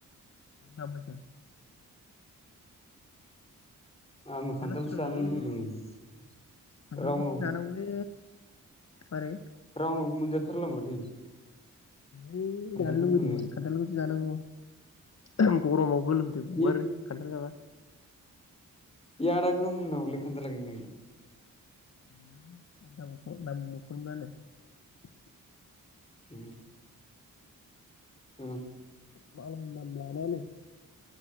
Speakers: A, on the left; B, on the left.
A: मानो दानफायखो?
B: आंबो
A: खान्थाला
B: खान्थालसो
A: गोथाव
B: जानानै
A: जायोलै
B: लुगैदोंमोन
A: खान्थालखौसो
B: रावनावबो
A: जानांगौलै मारै
B: रावनावबो मोनजाथारला माथो
A: है
B: खान्थालफोरखौनो
A: जानो लुगैदोंमोन खानथालखौ जानांगौ गरमाव गोलोमदै गगारो
B: बे
A: खानथाल जाबा
B: इ आदा <unintelligible> खानथाला गैगोना गैला
A: <unintelligible>
B: ओम ओं
A: मालायनि नाम लाला नो